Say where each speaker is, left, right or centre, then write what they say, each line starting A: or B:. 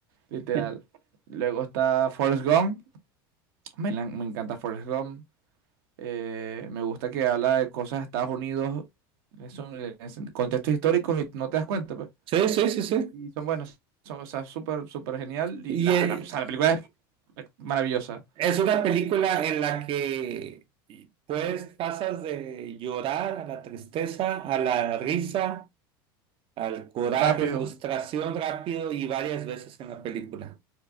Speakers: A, on the right; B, on the right.
A: literal.
B: <laughs>
A: Luego está Forrest Gump. Me, la- me encanta Forrest Gump. Eh, me gusta que habla de cosas de Estados Unidos. Eso, eh, es en contextos históricos y no te das cuenta, pues.
B: Sí, sí, sí, sí.
A: Y son buenas. Son, o sea, súper, súper genial. Y
B: Y,
A: la,
B: eh,
A: la, o sea, la película es es maravillosa.
B: Es una película en la que pues pasas de llorar a la tristeza, a la risa, al coraje,
A: Rápido.
B: frustración
A: O
B: rápido y varias veces en la película.